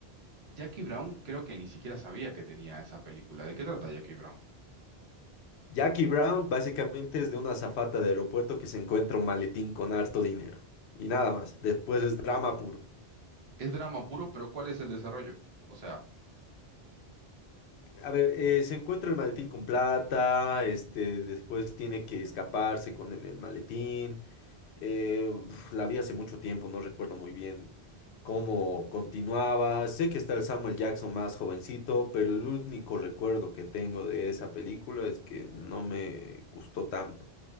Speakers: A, on the right; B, on the left.
A: Jackie Brown creo que ni siquiera sabía que tenía esa película. ¿De qué trata Jackie Brown?
B: Jackie Brown básicamente es de una azafata de aeropuerto que se encuentra un maletín con harto dinero. Y nada más, después es drama puro.
A: Es drama puro, pero ¿cuál es el desarrollo? O sea...
B: A ver, eh, se encuentra el maletín con plata, este, después tiene que escaparse con el, el maletín. Eh, uf, la vi hace mucho tiempo, no recuerdo muy bien cómo continuaba. Sé que está el Samuel Jackson más jovencito, pero el único recuerdo que tengo de esa película es que no me gustó tanto.